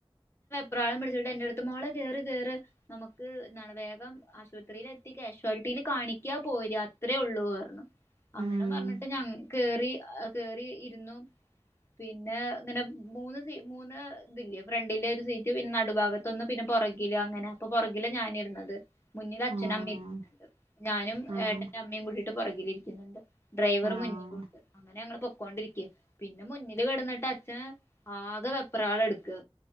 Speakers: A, on the left; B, on the right.
A: പ്രാളം പിടിച്ചിട്ട് എന്റട്ത്ത് മോളെ കേറ്, കേറ് നമുക്ക് ന്നാണ് വേഗം ആശുപത്രിയിൽ എത്തി കാഷ്വാലിറ്റി ല് കാണിക്ക് പോര് അത്രേ ഒള്ളൂർ ഞ്ഞു. അങ്ങനെ
B: ഉം
A: പർഞ്ഞി ട്ട് ഞൻ കേറി, കേറി ഇരുന്നു പിന്നെ ഇങ്ങനെ മൂന്ന് സി മൂന്ന് ഇതില്ലെ ഫ്രണ്ടിലെ ഒരു സീറ്റ് പിന്നെ നടുഭാഗത്തൊന്നും പിന്നെ പുറകില് അങ്ങനെ അപ്പൊ പുറകില ഞാനി ഇര്ന്നത് മുന്നിൽ അച്ഛനും
B: ആഹ്
A: അമ്മീം ഞാനും
B: ആഹ്
A: ഏട്ടന്റെ അമ്മയും കൂടീട്ട് പുറകിലിരി ക്കുന്നുണ്ട്. ഡ്രൈവർ
B: ആഹ്
A: മുന്നിലുണ്ട്. അങ്ങനെ ഞങ്ങള് പൊക്കോണ്ടിരിക്ക പിന്നെ മുന്നില് കിടന്നിട്ട് അച്ഛൻ ആകെ വെപ്രാളെട്ക്ക്